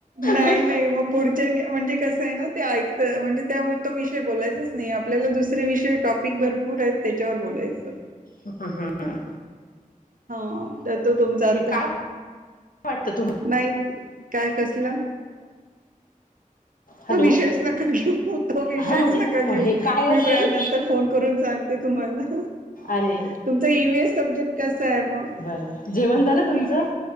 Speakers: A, on the right; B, on the left.
A: नाही
B: मी
A: नाही मग पुढच्या नाही म्हणजे कसं आहे ना ते ऐकत म्हणजे त्या तो विषय बोलायचच नाही आपल्याला दुसरे विषय टॉपिक भरपूर आहेत त्याच्यावर बोलायचं
B: हम् हम हम
A: हा तर तो तुमचा आता
B: काय वाटतं तुम
A: नाही काय कसलं
B: हॅलो
A: तो विषयच नका घेऊ तो विषयच
B: हा म्हणजे
A: नका घेऊ
B: हे काय असेल
A: मी प्रयानंतर फोन करून सांगते तुम्हाला
B: अरे
A: तुमचा ईव्हीएस सब्जेक्ट कसा आहे मग
B: बर जेवण झालं तुमचं